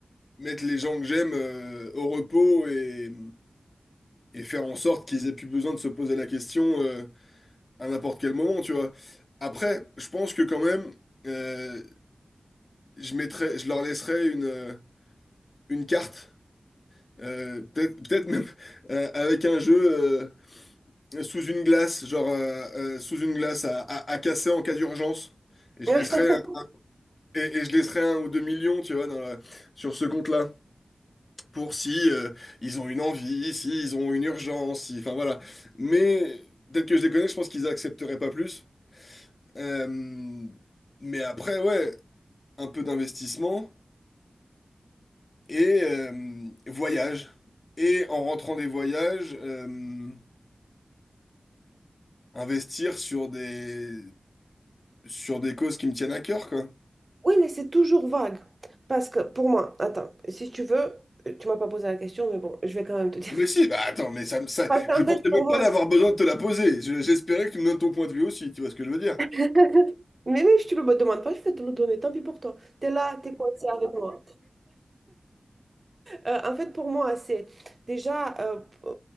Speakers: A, on the left; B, on the right.
A: mettre les gens que j'aime euh, au repos et, et faire en sorte qu'ils aient plus besoin de se poser la question euh, à n'importe quel moment, tu vois. Après, je pense que quand même, euh, je mettrais, je leur laisserais une, euh, une carte, euh, peut-être peut-être même euh, avec un jeu euh, sous une glace, genre euh, euh, sous une glace à, à, à casser en cas d'urgence. Et je
B: <laughs>
A: laisserais Et, et je laisserai un ou deux millions, tu vois, dans la- sur ce compte-là, pour si euh, ils ont une envie, si ils ont une urgence, si, enfin voilà. Mais tel que je les connais, je pense qu'ils accepteraient pas plus. Euh, mais après, ouais, un peu d'investissement et euh, voyage. Et en rentrant des voyages, euh, investir sur des sur des causes qui me tiennent à cœur, quoi.
B: Oui, mais c'est toujours vague. Parce que, pour moi, attends, si tu veux, tu m'as pas posé la question, mais bon, je vais quand même te dire.
A: Ah, Mais si, bah attends, mais ça,
B: <laughs>
A: me- ça,
B: Parce qu'en
A: je pensais
B: fait, pour
A: même
B: moi,
A: pas d'avoir besoin de te la poser. Je- J'espérais que tu me donnes ton point de vue aussi, tu vois ce que je veux dire?
B: <laughs> mais même si tu le me demandes pas, je vais te le donner, tant pis pour toi. T'es là, t'es coincé avec moi. Euh, en fait, pour moi, c'est déjà, euh, p-